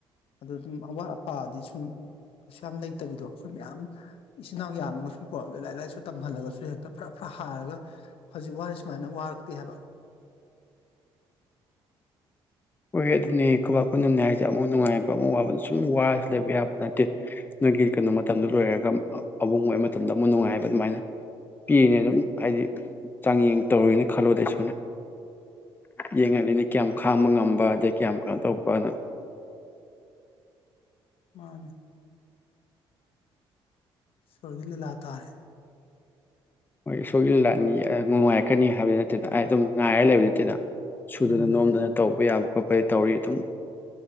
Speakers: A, on the left (about 70°); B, on the left (about 20°).
A: ꯑꯗꯣ ꯑꯗꯨꯝ ꯑꯋꯥꯠ ꯑꯄꯥꯗꯤ ꯁꯨꯝ ꯀꯩꯁꯨ ꯌꯥꯝ ꯂꯩꯇꯕꯤꯗꯣ ꯑꯩꯈꯣꯏ ꯃꯌꯥꯝ ꯏꯆꯤꯟꯜ ꯏꯅꯥꯎ ꯌꯥꯝꯃꯒꯁꯨꯀꯣ ꯑꯗꯨꯣꯏ ꯂꯥꯏꯔꯤꯛ ꯂꯥꯏꯁꯨ ꯇꯝꯍꯜꯂꯒꯁꯨ ꯍꯦꯛꯇ ꯐꯔꯥ ꯐꯔꯥ ꯍꯥꯔꯒ ꯍꯧꯖꯤꯛ ꯋꯥꯔꯤꯔꯦ ꯁꯨꯃꯥꯏꯅ ꯋꯥꯔꯛꯇꯦ ꯍꯥꯏꯕ
B: ꯍꯦ ꯑꯗꯨꯅꯦ ꯈꯨꯕꯥꯛ ꯈꯨꯗꯝꯅꯤ ꯍꯥꯏꯁꯦ ꯑꯃꯨꯛ ꯅꯨꯡꯉꯥꯏꯕ ꯑꯃꯨꯛ ꯋꯥꯕꯅ ꯁꯨꯝ ꯋꯥꯏ ꯂꯩꯕ ꯌꯥꯕ ꯅꯠꯇꯦ ꯅꯣꯏꯒꯤ ꯀꯩꯅꯣ ꯃꯇꯝꯗꯨꯣ ꯂꯣꯏꯔꯒ ꯕ ꯃꯇꯝꯗ ꯅꯨꯡꯉꯥꯏꯕ ꯑꯗꯨꯃꯥꯏꯅ ꯄꯤꯝ ꯍꯥꯏꯗꯤ ꯆꯥꯡꯌꯦꯡ ꯇꯧꯔꯨꯅ ꯈꯜꯂ ꯁꯃꯅ ꯌꯦꯡꯜꯂꯤ ꯈꯕ ꯉ ꯑꯗꯗꯒꯤ ꯀꯌꯥꯝ ꯀꯩꯅꯣ ꯇꯧꯕꯅꯣ
A: ꯃꯥꯅꯦ ꯁꯣꯏꯖꯤꯂ ꯂꯥꯛ ꯇꯥꯔꯦ
B: ꯍꯣꯏ ꯁꯣꯏꯍꯤꯜꯂꯥꯅꯤ ꯃꯅꯨꯡꯉꯥꯏ ꯀꯥꯛꯀꯅꯤ ꯍꯥꯏꯕꯗꯨ ꯅꯠꯇꯦꯗ ꯑꯩ ꯑꯗꯨꯝ ꯉꯥꯏꯔꯒ ꯂꯩꯕ ꯅꯠꯇꯦꯗ ꯁꯨꯗꯅ
A: ꯎꯝ
B: ꯅꯣꯝꯗꯅ ꯇꯧ ꯄ ꯌꯥꯕ ꯈꯣꯠꯄꯗꯤ ꯇꯧꯔꯤ ꯑꯗꯨꯝ